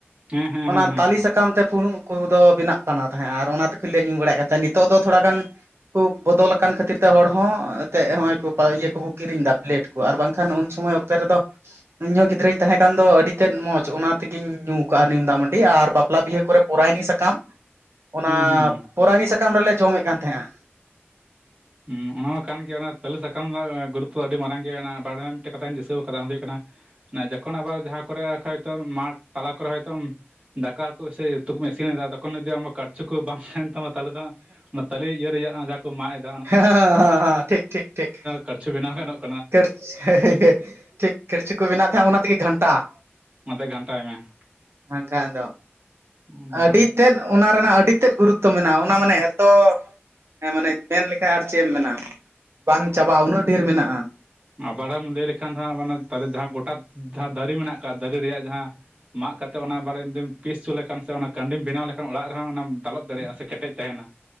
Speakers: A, on the right (about 30°); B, on the right (about 70°).
A: ᱦᱮᱸ ᱦᱮᱸ
B: ᱚᱱᱟ
A: ᱦᱮᱸ
B: ᱛᱟᱞᱮ
A: ᱦᱮᱸ
B: ᱥᱟᱠᱟᱢ ᱛᱮ ᱯᱷᱩᱲᱩᱜ ᱾ ᱩᱱᱠᱩ ᱫᱚ ᱵᱮᱱᱟᱜ ᱠᱟᱱᱟ ᱛᱟᱦᱮᱸᱫ ᱟᱨ ᱚᱱᱟ ᱛᱮ ᱠᱷᱟᱹᱡ ᱞᱮ ᱧᱩ ᱵᱟᱲᱟᱭᱮᱫ ᱠᱟᱱ ᱛᱟᱦᱮᱸᱫ ᱱᱤᱛᱚᱜ ᱫᱚ ᱛᱷᱚᱲᱟ ᱜᱟᱱ ᱦᱚᱲ ᱠᱚ ᱵᱚᱫᱚᱞ ᱟᱠᱟᱱ ᱠᱷᱟᱹᱛᱤᱨ ᱛᱮ ᱦᱚᱲ ᱦᱚᱸ ᱚᱸ ᱛᱮ ᱦᱚᱜᱼᱚᱭ ᱠᱚ ᱤᱭᱟᱹ ᱠᱚᱠᱚ ᱠᱤᱨᱤᱧ ᱮᱫᱟ ᱯᱮᱞᱮᱴ ᱠᱚ ᱾ ᱟᱨ ᱵᱟᱝᱠᱷᱟᱱ ᱩᱱ ᱥᱚᱢᱚᱭ ᱚᱠᱛᱮ ᱨᱮᱫᱚ ᱤᱧ ᱦᱚᱸ ᱜᱤᱫᱽᱨᱟᱹᱧ ᱛᱟᱦᱮᱸ ᱠᱟᱱ ᱫᱚ ᱟᱹᱰᱤ ᱛᱮᱫ ᱢᱚᱡᱽ ᱚᱱᱟ᱾ ᱛᱮᱜᱤᱧ ᱧᱩ ᱠᱟᱜ-ᱟ ᱱᱤᱢ ᱫᱟᱜ ᱢᱟᱹᱰᱤ ᱟᱨ ᱵᱟᱯᱞᱟ ᱵᱤᱦᱟᱹ ᱠᱚᱨᱮ ᱯᱚᱨᱟᱭᱱᱤ ᱥᱟᱠᱟᱢ ᱚᱱᱟ
A: ᱦᱩᱸ ᱦᱩᱸ ᱦᱩᱸ
B: ᱯᱚᱨᱟᱭᱱᱤ ᱥᱟᱠᱟᱢ ᱨᱮᱞᱮ ᱡᱚᱢᱮᱫ ᱠᱟᱱ ᱛᱟᱦᱮᱸᱼᱟ ᱾
A: ᱦᱩᱸ ᱚᱱᱟ ᱦᱚᱸ ᱠᱟᱱ ᱜᱮᱭᱟ ᱚᱱᱟ ᱛᱟᱹᱞᱮ ᱥᱟᱠᱟᱢ ᱨᱮᱱᱟᱜ ᱜᱩᱨᱩᱛᱚ ᱟᱹᱰᱤ ᱢᱟᱨᱟᱝ ᱜᱮ ᱢᱮᱱᱟᱜ ᱵᱟᱨ ᱫᱷᱟ ᱢᱤᱫᱴᱮᱱ ᱠᱟᱛᱷᱟᱧ ᱫᱤᱥᱟᱹᱣ ᱠᱟᱫᱟ ᱚᱱᱟ ᱫᱚ ᱦᱩᱭᱩᱜ ᱠᱟᱱᱟ ᱾ ᱱᱚᱜᱼᱚᱭ ᱡᱚᱠᱷᱚᱱ ᱟᱵᱟᱨ ᱡᱟᱦᱟᱸ ᱠᱚᱨᱮ ᱠᱷᱟᱡ ᱫᱚ ᱢᱟᱜᱷ ᱛᱟᱞᱟ ᱠᱚᱨᱮ ᱦᱚᱭ ᱛᱚᱢ ᱫᱟᱠᱟ ᱠᱚ ᱥᱮ ᱩᱛᱩ ᱠᱚᱢ ᱤᱥᱤᱱ ᱮᱫᱟ ᱛᱚᱠᱷᱚᱱᱚᱫᱤ ᱟᱢᱠ ᱠᱟᱲᱪᱩ ᱠᱚ ᱵᱟᱝ ᱛᱟᱦᱮᱱ ᱛᱟᱢᱟ ᱾ ᱛᱟᱦᱚᱞᱮ ᱫᱚ ᱦᱟᱸᱜ ᱚᱱᱟ ᱛᱟᱹᱞᱮ ᱤᱭᱟᱹ ᱨᱮᱭᱟᱜ ᱡᱟᱦᱟᱸ ᱠᱚ ᱢᱟᱜ ᱮᱫᱟ ᱾
B: ᱦᱮᱸᱸ ᱦᱮᱸ ᱦᱸ ᱴᱷᱤᱠ ᱴᱷᱤᱠ ᱴᱷᱤᱠ ᱾
A: ᱠᱲᱪᱷᱩ ᱵᱮᱱᱟᱣ ᱜᱟᱱᱚᱜ ᱾
B: ᱠᱷᱲᱪ ᱦᱮ ᱦᱮ ᱦᱮ ᱴᱷᱤᱠ ᱠᱷᱲᱪᱷᱩ ᱠᱚ ᱵᱮᱱᱟᱣ ᱛᱟᱦᱮᱸᱫ ᱚᱱᱟ ᱛᱤᱜᱤ ᱜᱷᱟᱱᱴᱟ ᱾
A: ᱚᱱᱟᱛᱮ ᱜᱷᱟᱱᱴᱟᱭ ᱢᱮ ᱾
B: ᱵᱟᱝᱠᱷᱟᱱ ᱫᱚ
A: ᱟᱫᱚ
B: ᱟᱹᱰᱤ ᱛᱮᱫ ᱚᱱᱟ ᱨᱮᱱᱟᱜ ᱟᱹᱰᱤ ᱛᱮᱫ ᱜᱩᱨᱩᱛᱚ ᱢᱮᱱᱟᱜ-ᱟ ᱚᱱᱟ ᱢᱟᱱᱮ ᱾ ᱛᱚ ᱦᱮᱸ ᱢᱟᱱᱮ ᱢᱮᱱ ᱞᱮᱠᱷᱟᱱ ᱟᱨ ᱪᱮᱫ ᱮᱢ ᱢᱮᱱᱟ ᱵᱟᱝ ᱪᱟᱵᱟᱜ-ᱟ ᱩᱱᱟᱹᱜ ᱰᱷᱮᱨ ᱢᱮᱱᱟᱜ-ᱟ ᱾
A: ᱟᱵᱟᱨᱢ ᱞᱟᱹᱭ ᱞᱮᱠᱷᱟᱱ ᱫᱚ ᱦᱟᱸᱜ ᱢᱟᱱᱮ ᱛᱟᱞᱮ ᱡᱟᱦᱟᱸ ᱜᱚᱴᱟ ᱡᱟᱦᱟᱸ ᱫᱟᱨᱮ ᱢᱮᱱᱟᱜ ᱟᱠᱟᱫ ᱫᱟᱨᱮ ᱨᱮᱭᱟᱜ ᱡᱟᱦᱟᱸ ᱢᱟᱜ ᱠᱟᱛᱮ ᱚᱱᱟ ᱵᱟᱨᱮᱢ ᱡᱩᱫᱤᱢ ᱯᱤᱥ ᱦᱚᱪᱚ ᱞᱮᱠᱟᱱ ᱥᱮ ᱚᱱᱟ ᱠᱟᱱᱰᱤᱢ ᱵᱮᱱᱟᱣ ᱞᱮᱠᱷᱟᱱ ᱚᱲᱟᱜ ᱨᱮᱦᱚᱸ ᱚᱱᱟᱢ ᱫᱟᱞᱚᱵ ᱫᱟᱲᱮᱭᱟᱜ-ᱟ ᱥᱮ ᱠᱮᱴᱮᱡ ᱛᱟᱦᱮᱱᱟ ᱾